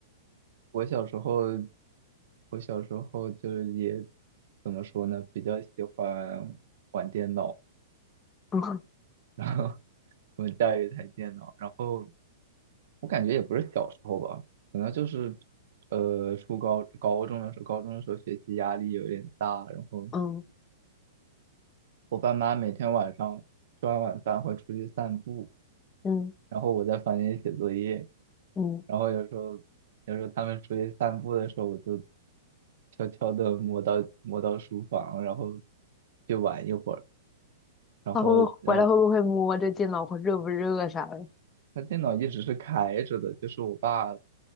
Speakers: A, on the right (about 65°); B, on the left (about 25°).
A: 我小时候，我小时候就是也怎么说呢，比较喜欢玩电脑，
B: <laughs> 嗯
A: 然后我们家有一台电脑，然后我感觉也不是小时候吧，可能就是呃初高高中的时候，高中的时候学习压力有点大，然后。
B: 嗯
A: 我爸妈每天晚上吃完晚饭会出去散步，
B: 嗯
A: 然后我在房间里写作业，
B: 嗯，
A: 然后有时候有时候他们出去散步的时候，我就悄悄的摸到摸到书房，然后去玩一会儿，然后然后
B: 他会不会回来会不会摸这电脑会热不热啥的？
A: 他电脑一直是开着的，就是我爸